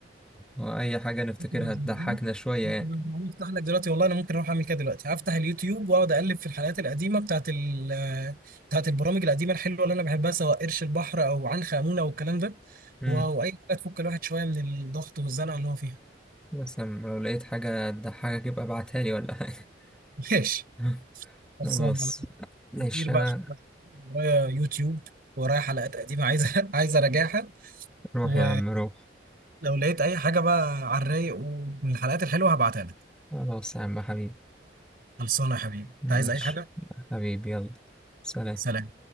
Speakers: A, in the centre; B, on the right.
A: هو اي حاجة نفتكرها
B: انت لو زهقان
A: تضحكنا شوية
B: انت
A: يعني
B: لو زهقان افتح لك دلوقتي والله انا ممكن اروح اعمل كده دلوقتي هفتح اليوتيوب واقعد اقلب في الحلقات القديمه بتاعت ال بتاعت البرامج القديمه الحلوه اللي انا بحبها سواء قرش البحر او عنخ امونه والكلام ده
A: أمم.
B: واو اي حاجه تفك الواحد شويه من الضغط والزنقه اللي هو فيها
A: بس أما لو لقيت حاجة تضحكك يبقى ابعتها لي ولا حاجة
B: <laughs> ماشي
A: <laughs>
B: خلصان
A: خلاص
B: انا
A: ماشي
B: كتير بقى
A: انا
B: عشان بس ورايا يوتيوب ورايا حلقات قديمه عايزه عايزه <laughs> اراجعها
A: روح
B: ولو
A: يا عم روح
B: لقيت اي حاجه بقى على الرايق ومن الحلقات الحلوه هبعتها لك
A: خلاص يا عم حبيبي
B: خلصانه يا حبيبي
A: ماشي
B: انت عايز اي حاجه
A: حبيبي يلا سلام
B: سلام